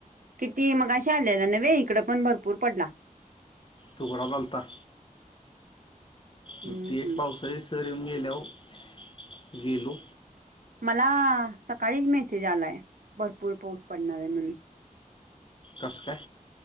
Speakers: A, on the right (about 70°); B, on the left (about 35°).
A: किती मग अे आलेल्या ना वे इकड पण भरपूर पडला.
B: टुकडा बलता. ग
A: हम्म
B: ती एक पावसाळी सर येऊन गेल्यावर गेलो
A: मला सकाळीच मेसेज आलाय भरपूर पाऊस पडणार आहे म्हणून
B: कस काय